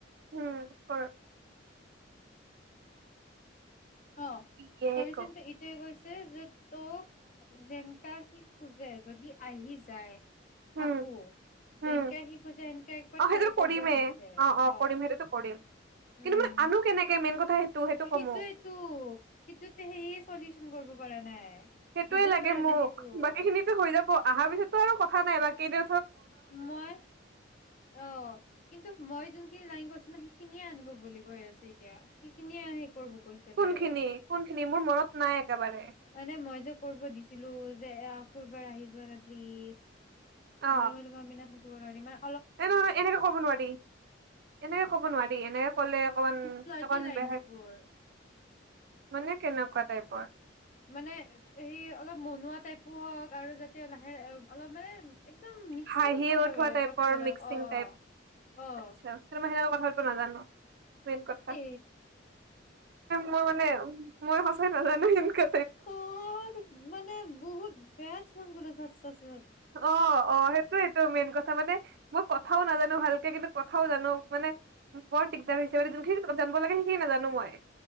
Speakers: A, on the right; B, on the left.
A: উম ক
B: অ
A: দিয়ে
B: চলিউশ্যনটো
A: ক
B: ইতিয়াই গৈ যে তোক যেনেকা সি খোজে যদি আহি যায়
A: উম
B: আকৌ
A: উম
B: যেনকে শিকো যে সেনকে একবাৰ
A: অ সেইটোতো
B: ট্ৰাই কৰিব
A: কৰিমেই
B: দিছে অ
A: কৰিম সেইটোতো কৰিম কিন্তু
B: উম
A: মানে আনো কেনেকে মেইন কথা সেইটো সেইটো কমো
B: সিটোয়েটো সিটোত সেয়ে চলিউচন কৰিব পৰা নাই
A: সেইটোয়ে
B: দিবই
A: লাগে
B: পৰা
A: মোক
B: নাই সেইটোৰ
A: বাকী খিনিতো হৈ যাব অহাৰ পিছততো আৰু কথা নাই বাকী কিনো
B: মই অ কিন্তু মই যোনখিনি লাইন কৰিছো ন সি খিনিয়ে আনিব বুলি কৈ আছে এতিয়া সেইখিনিয়ে আহে কৰিব কৈছে
A: কোনখিনি
B: বাৰে বাৰে
A: কোনখিনি মোৰ মনত নাই একেবাৰে
B: মানে মই যে কৰিব দিছিলো যে এ কবাৰ আহি যোৱা নে প্লিজ
A: অ
B: নহ'লে মই তোমাৰ বিনা থাকিব নোৱাৰিম মানে
A: এ নহয় নহয় এনেকে কব নোৱাৰি এনেকে কব নোৱাৰি এনেকে কলে অকমান অকমান
B: ফ্লাৰ্টি লাইনচ
A: বে
B: বোৰ
A: মানে কেনেকোৱা টাইপৰ
B: মানে এই অলপ মনোৱা টাইপো হওক আৰু যাতে লাহে অলপ মানে একদম মিক্সিং
A: হাঁহি
B: কথাবিলাক
A: উঠোৱা টাইপৰ
B: কথাবিলাক
A: মিক্সিং
B: অ
A: টাইপ
B: অ অ
A: আচ্ছা কিন্তু মই সেনকা কথা পতিব নাজানো মেইন কথা
B: এ
A: মই মানে মই মই নাজানো সেনকা
B: ত মানে বহুত পিয়াজ সংগুল ভাত চাছে
A: অ অ সেইটোয়েইটো মেইন কথা মানে মোক ক কথাও নাজানো ভালকে কিন্তু কথাও জানো মানে বৰ দিগদাৰ হৈছে মানে যোনখিনি জান লাগে সেইখিনি নাজানো মই